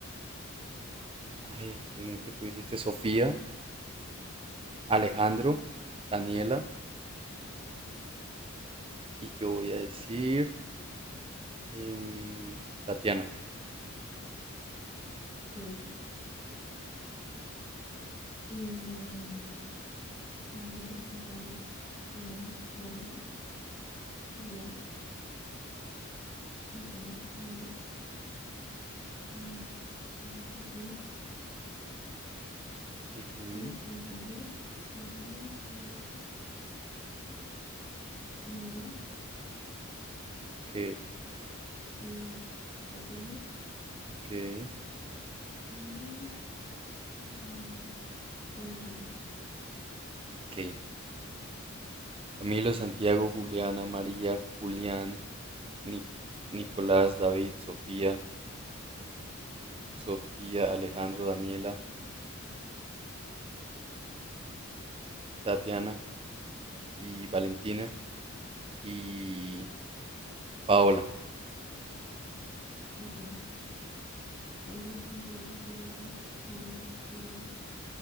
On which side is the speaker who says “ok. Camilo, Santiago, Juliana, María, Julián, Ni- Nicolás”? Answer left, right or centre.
Right